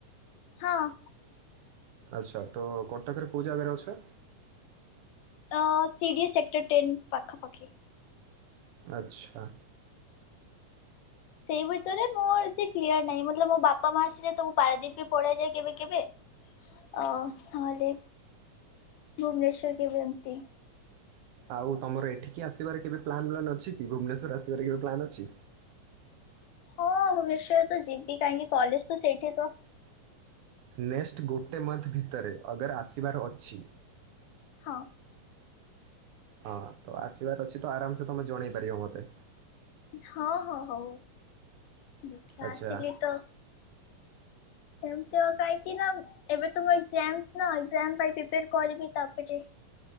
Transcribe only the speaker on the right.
ଆଚ୍ଛା ତ କଟକରେ କୋଉ ଜାଗାରେ ଅଛ?
ଆଚ୍ଛା।
ଆଉ ତମର ଏଠିକି ଆସିବାର କେବେ ପ୍ଲାନ୍ ବ୍ଲାନ୍ ଅଛି କି ଭୁବନେଶ୍ଵର ଆସିବାର କେବେ ପ୍ଲାନ୍ ଅଛି?
ନେକ୍ସଟ୍ ଗୋଟେ ମନ୍ଥ ଭିତରେ ଅଗର ଆସିବାର ଅଛି।
ହଁ ତ ଆସିବାର ଅଛି ତ ଆରାମସେ ତମେ ଜଣେଇ ପାରିବ ମତେ।
ଆଚ୍ଛା